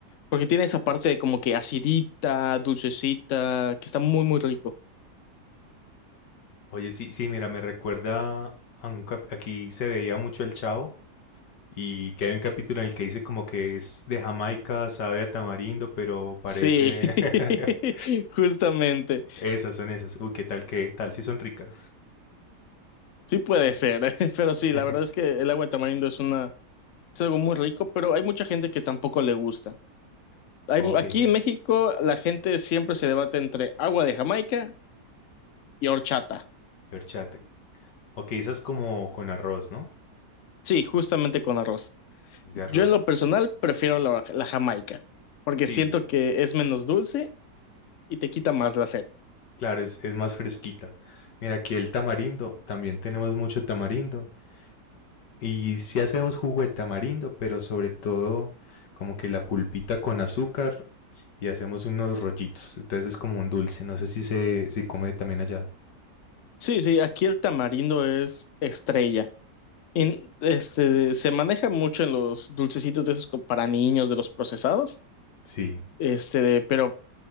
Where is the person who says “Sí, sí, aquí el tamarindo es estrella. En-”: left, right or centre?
Left